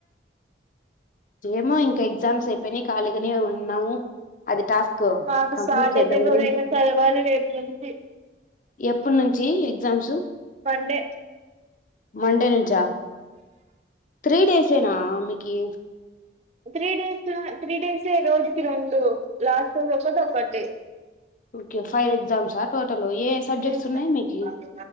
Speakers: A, on the left; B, on the right.
A: ఏమో ఇంకా ఎగ్జామ్స్ ని ఖాళీగానే ఉన్నాము అది టాస్క్
B: నాకు
A: కంప్లీట్
B: స్టార్ట్
A: చేద్దామని
B: అయితది కదా ఇంగ చదవాలి రేపు నుంచి
A: ఎప్పుటనుంచి. రోజు
B: మండే
A: మండే నుంచా త్రీ డేసేనా మీకి
B: త్రీ డేస్ త్రీ డేస్ ఏ రోజుకి రెండు లాస్ట్ రోజు ఒకటి ఒకటి
A: ఓకే ఫైవ్ ఎ్జమ్స్ ఆ టోటల్ ఏ సబ్జెక్ట్స్
B: హ్మ్మ్
A: ఉన్నాయి మీకి